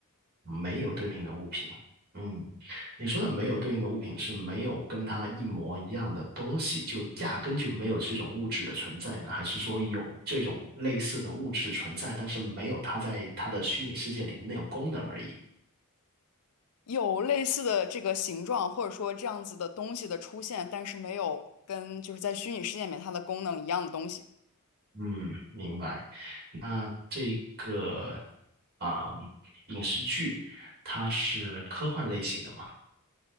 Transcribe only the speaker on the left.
有类似的这个形状，或者说这样子的东西的出现，但是没有跟就是在虚拟世界里面它的功能一样的东西，